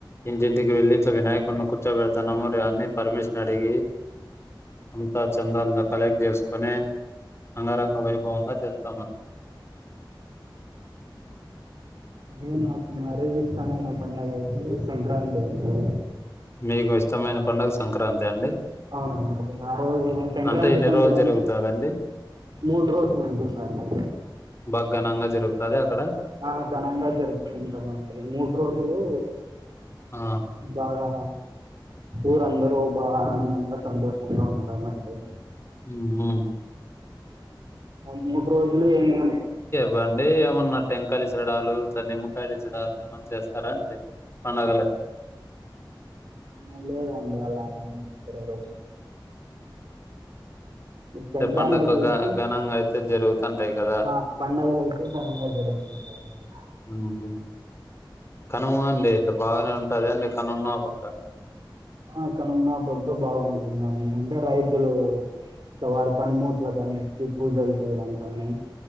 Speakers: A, on the left; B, on the right.
A: ఇంటింటికి వెళ్ళి ఇట్ల వినాయకుడిని కూర్చోబెడుతున్నాము ఇ అన్నీ పర్మిషన్ అడిగి అంతా చందాలతో కలెక్ట్ చేసుకుని అంగరంగ వైభవంగా చేస్తామం
B: ఇంగ నాకు మరీ ఇష్టమైన పండుగ అయితే సంక్రాంతి అండి
A: మీకు ఇష్టమైన పండగ సంక్రాంతా అండి
B: అవునడి ఆ రోజు సంక్రాంతి
A: అంటే ఎన్ని
B: పండుగ
A: రోజులు
B: అనే
A: జరుగుతదండి
B: మూడు రోజులు ఉంటుందండి
A: బాగ ఘనంగా జరుగుతది అక్కడ
B: ఆ ఘనంగా జరుపుకుంటమ్ అండి మూడు రోజులు
A: ఆ
B: బాగా ఊరందరూ బా ఆనందంగా సంతోషంగా ఉంటామండి
A: ఊ ఉ
B: మూడు రోజులు ఏమి అని
A: బండి ఏమన్నా టెంకాయలు ఇసరడాలు ఇట్లా నిమ్మకాయలు ఇసరడాలు ఏమన్నా చేస్తారా అండి పండగలకి
B: ఆ లేదండి అలా ఏం జరగదు సంక్రాంతికి
A: అంటే పండగ
B: అయితే
A: ఘ ఘనంగా అయితే జరుగుతుంటాయి కదా
B: ఆ పండగలయితే ఘనంగా జరుగుతుంటాయి.
A: ఉహు కనుమ
B: సం-
A: అండి ఇట్లా బాగానే ఉంటు అదే అండి కనం నా పోద్ద
B: ఆ కనుమ నా పొద్దు బాగుంటుందండి అంటే రైతులు ఇట్ల వారి పనిమూట్లలకు అన్నిటికీ పూజలు చేయడం కానీ